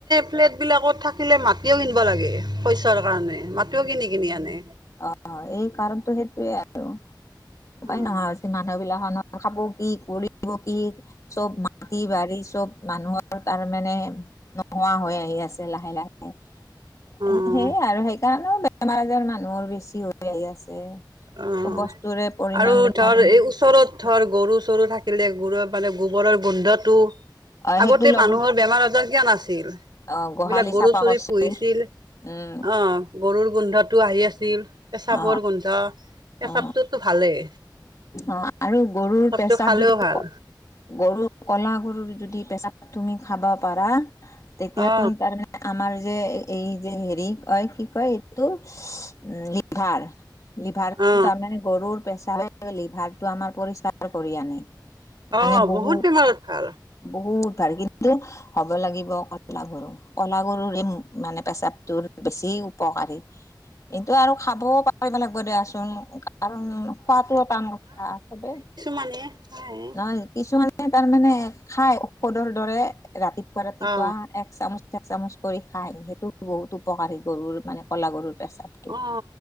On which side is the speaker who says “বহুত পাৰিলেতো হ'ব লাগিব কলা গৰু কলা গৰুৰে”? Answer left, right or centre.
Left